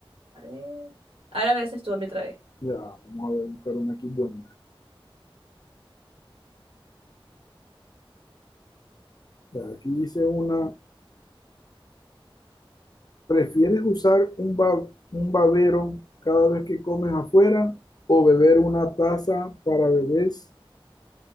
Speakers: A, on the right (about 80°); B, on the left (about 45°).
A: A ver. Ahora me haces tú a mí otra vez.
B: ya, vamos a ver, buscar una aquí buena. Ya, aquí dice una, ¿prefieres usar un, ba- un babero cada vez que comes afuera o beber una taza para bebés?